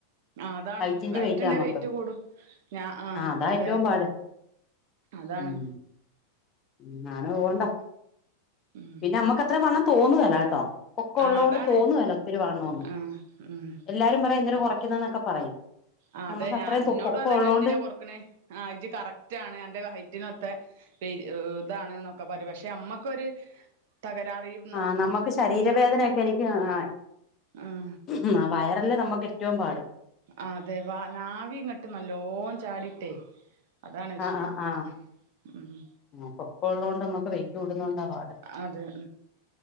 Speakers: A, on the right (about 50°); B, on the left (about 30°).
A: ആഹ് അതാണ്
B: ഹൈറ്റിന്റെ
A: വൈറ്റ് വെയിറ്റ്ണ്ടേൽ
B: വെയിറ്റാ നമ്മക്ക്
A: ഹൈറ്റ്കൂടും ഞാ ആഹ്
B: അതാ
A: അതെ
B: ഏറ്റവും പാട്
A: അതാണ്
B: ഉം ഉ നാളെ പോവ്ണ്ടോ
A: ഉം
B: പിന്നെ നമ്മക്ക് അത്രയും വണ്ണം തോന്നുവല കേട്ടോ പോക്കെള്ളതത്
A: ആഹ് അതാണ്
B: കൊണ്ട് തോന്നുവല ഒത്തിരി വണ്ണമൊന്ന്
A: ആഹ് ഉം
B: എല്ലാരും പറയും എന്തിന
A: പൊക്ക
B: കുറയ്കുന്നൊക്കെ പറയും
A: ആഹ്
B: നമുക്ക്
A: അതെ
B: അത്രയും
A: ഞാ ഇന്നോടും
B: പൊക്കം
A: അതന്നെ
B: ഉള്ളോണ്ട്
A: എന്തിനാ കൊറക്കണെ ആഹ് ഇജ്ജ് കറക്റ്റ് ആണ് അന്റെ ഹൈറ്റിനൊത്ത ഇതാണ് ന്നൊക്കെ പറയും പക്ഷെ അമ്മക്കൊരു തകരാറും
B: ആഹ് നമ്മക്ക് ശരീരവേദനയൊക്കെ എനിക്ക് ആഹ്
A: ആഹ്
B: ഉം വയറല്ലേ നമുക്ക് ഏറ്റവും പാട്
A: ആഹാ അതെ വ നാവി ഇങ്ങിട്ട് നല്ലോ ചാടിട്ടേ അതാണ് വിഷയം
B: ആഹ് ആഹ് ആഹഹ്
A: ഉം
B: കൊള്ളോണ്ട് നമ്മുക്ക് വെയറ്റ് കൂടുന്നൊണ്ടാ പാട്
A: അതെ